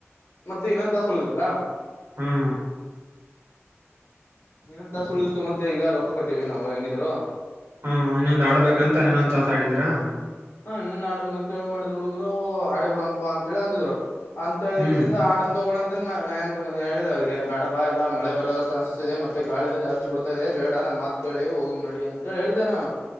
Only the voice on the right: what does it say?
ಹ್ಮ್
ಹ್ಮ ಇನ್ನೊಂದ್ ಆಡ್ಬೇಕಂತ ಇನ್ನೊಂದ್ ತಾಸ ಆಡಿದ್ರಾ.
ಹ್ಮ್